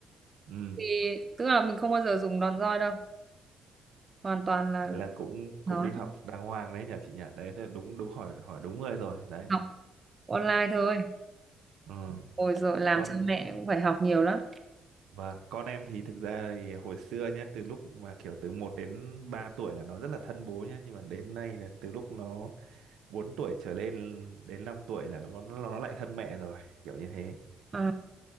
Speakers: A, on the right; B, on the right.
A: ừ.
B: thì tức là mình không bao giờ dùng đòn roi đâu hoàn toàn là
A: Thế là cũng cũng
B: nói
A: đi học
B: thôi,
A: đàng hoàng đấy nhỉ chị nhỉ. Đấy là đúng đúng hỏi hỏi đúng người rồi đấy.
B: học online thôi
A: Ừ.
B: Ôi rồi làm
A: Con
B: cha mẹ cũng phải học nhiều lắm
A: Và con em thì thực ra thì hồi xưa nhé, từ lúc mà kiểu từ một đến 3 tuổi là nó rất là thân bố nhé, nhưng mà đến nay là từ lúc nó 4 tuổi trở lên đến 5 tuổi là nó nó lại thân mẹ rồi, kiểu như thế.
B: Ờ,